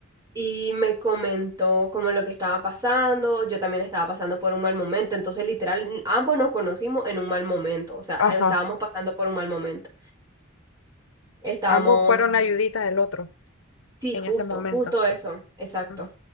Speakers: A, on the right; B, on the left.
A: y me comentó como lo que estaba pasando, yo también estaba pasando por un mal momento, entonces literal n- ambos nos conocimos en un mal momento, o sea,
B: ajá.
A: eh, estábamos pasando por un mal momento. Estábamos,
B: Ambos fueron la ayudita del otro
A: sí,
B: en
A: justo,
B: ese momento.
A: justo eso, exacto.
B: Ujú.